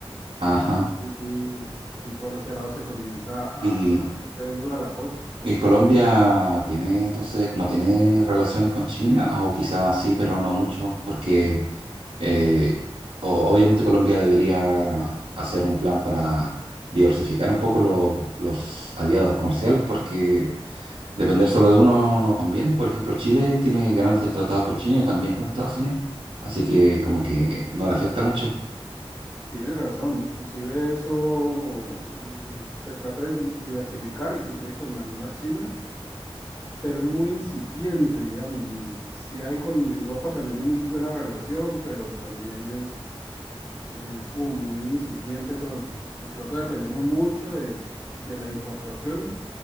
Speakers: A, on the right; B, on the left.
A: Ajá.
B: Entonces, sí, sí por ese lado se comienza a,
A: Y,
B: a verte dura la cosa, por
A: y
B: ese
A: Colombia
B: lado.
A: tiene entonces, no tiene relaciones con China, o quizás sí, pero no mucho, porque Eh, o- obviamente Colombia debería hacer un plan para diversificar un poco lo- los aliados comerciales porque depender solo de uno no conviene. Por ejemplo, Chile tiene grandes tratados con China y también con Estados Unidos, así que
B: Sí,
A: como que no le afecta mucho. <laughs>
B: tienes razón, inclusive eso mm, se trata de si- diversificar, inclusive con la misma China, pero es muy incipiente, digamos. si hay con Europa también hay muy buena relación, pero también es eh, Es como muy incipiente todo, porque nosotros dependemos mucho de, de las importaciones,